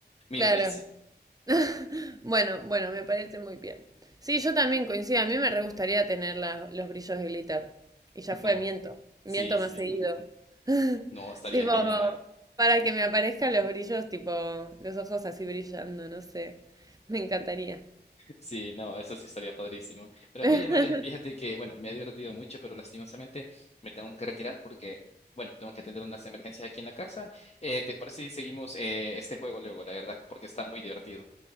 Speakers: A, on the left (about 40°); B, on the right (about 20°).
A: Mil
B: Claro.
A: veces.
B: <laughs> Bueno, bueno, me parece muy bien. Sí, yo también coincido. A mí me re gustaría tener la- los brillos de glitter. Y ya
A: <laughs>
B: fue,
A: No,
B: miento.
A: sí,
B: Miento
A: sí.
B: más seguido. <laughs>
A: No, estaría
B: Tipo,
A: genial.
B: para que me aparezcan los brillos, tipo, los ojos así brillando, no sé. Me encantaría.
A: Sí, no, eso sí estaría padrísimo. Pero
B: <laughs>
A: oye, Marian, fíjate que, bueno, me ha divertido mucho, pero lastimosamente me tengo que retirar porque, bueno, tengo que atender unas emergencias aquí en la casa. Eh, ¿te parece si seguimos eh, este juego luego, la verdad? Porque está muy divertido.